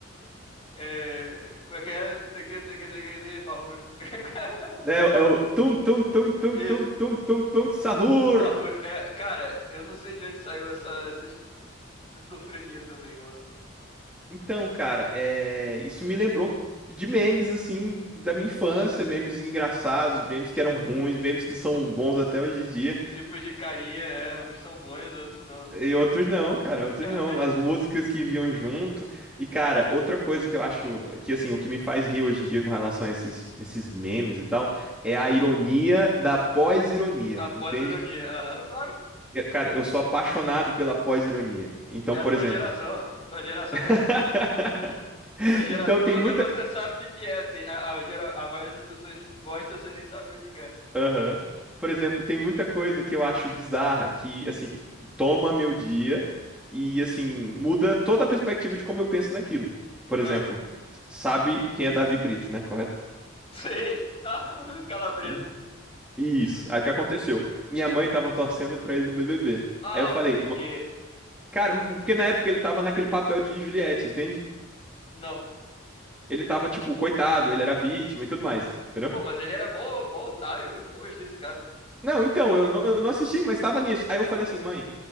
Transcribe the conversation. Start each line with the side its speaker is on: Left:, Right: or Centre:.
Left: É, como é que é? Não sei o que, não sei o que, não sei o que, não sei o que, farrur. <laughs>
Centre: É, o- é o tum, tum, tum, tum,
Left: Isso,
Centre: tum, tum, tum, tum, sahur.
Left: farrur. É, cara, eu não sei de onde saiu essa, essa esquizofrenia também, mano.
Centre: Então, cara, é... isso me lembrou de memes, assim, da minha infância, memes engraçados, memes que eram ruins, memes que são bons até hoje em dia.
Left: Tipos de carinha, é, uns são bons, outros não.
Centre: E outros não, cara, outros
Left: <laughs>
Centre: não. As músicas que vinham junto. E, cara, outra coisa que eu acho que, assim, o que me faz rir hoje em dia com relação a esses, esses memes e tal, é a ironia da pós-ironia,
Left: Após
Centre: entende?
Left: ironia. Aham, claro.
Centre: E, Cara, eu sou apaixonado pela pós-ironia. Então,
Left: É a
Centre: por
Left: tua
Centre: exemplo.
Left: geração. <laughs> Tua geração
Centre: <laughs>
Left: é assim. Tua geração,
Centre: Então,
Left: pelo
Centre: tem muita.
Left: menos você sabe o que que é. Tem, a, a, gera- a maioria das pessoas gosta sem nem saber o que que é.
Centre: Aham. Por exemplo, tem muita coisa que eu acho bizarra, que, assim, toma meu dia e, assim, muda toda a perspectiva de como eu penso naquilo. Por exemplo,
Left: Ah,
Centre: s- sabe quem é Davi Brito, né? Correto?
Left: Sei. Não, <laughs> calabresa.
Centre: Uhum. Isso. Aí o que aconteceu? Minha mãe tava torcendo pra ele no BBB.
Left: Ah,
Centre: Aí eu falei,
Left: porque.
Centre: "Ma- cara, m- porque na época ele tava naquele papel de Juliette, entende?
Left: Não.
Centre: Ele tava, tipo, coitado, ele era vítima e tudo mais, entendeu?
Left: Pô, mas ele era mó, mó otário. Eu nunca gostei desse cara.
Centre: Não, então, eu não, eu não assisti, mas tava nisso. Aí eu falei assim, mãe.